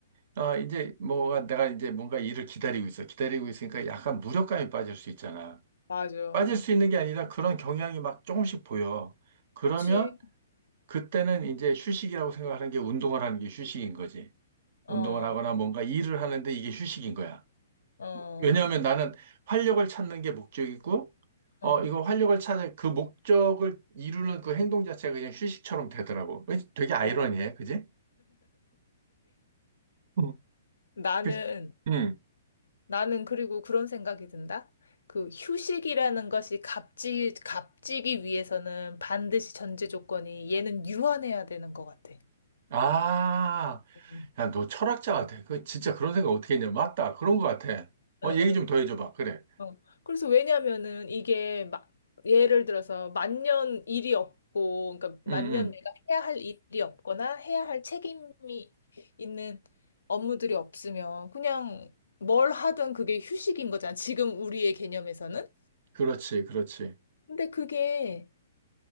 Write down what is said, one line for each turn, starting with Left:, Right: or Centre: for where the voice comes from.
Right: 아 이제 뭐가 내가 이제 뭔가 일을 기다리고 있어. 기다리고 있으니까 약간 무력감이 빠질 수 있잖아.
Left: 맞아.
Right: 빠질 수 있는 게 아니라 그런 경향이 막 조금씩 보여. 그러면
Left: 그치.
Right: 그때는 이제 휴식이라고 생각하는 게 운동을 하는 게 휴식인 거지.
Left: 어,
Right: 운동을
Left: 어,
Right: 하거나 뭔가 일을 하는데 이게 휴식인 거야.
Left: 어,
Right: 왜냐하면 나는 활력을 찾는 게 목적이고, 어,
Left: 어,
Right: 이거 활력을 찾는 그 목적을 이루는 그 행동 자체가 그냥 휴식처럼 되더라고. 왠지 되게 아이러니해,
Left: 어.
Right: 그지? 응.
Left: 나는,
Right: 그- 응.
Left: 나는 그리고 그런 생각이 든다. 그 휴식이라는 것이 값지, 값지기 위해서는 반드시 전제 조건이 얘는 유한해야 되는 것 같아.
Right: 아,
Left: 응,
Right: 야, 너 철학자 같아. 그 진짜 그런 생각 어떻게 했냐? 맞다. 그런 것 같아. 어,
Left: 응.
Right: 얘기 좀 더 해줘봐. 그래.
Left: 어. 그래서 왜냐면은 이게 막 예를 들어서 만년 일이 없고, 그러니까
Right: 응,
Left: 만년
Right: 응.
Left: 내가 해야 할 일이 없거나 해야 할 책임이 있는 업무들이 없으면 그냥 뭘 하든 그게 휴식인 거잖아. 지금 우리의 개념에서는.
Right: 그렇지, 그렇지.
Left: 근데 그게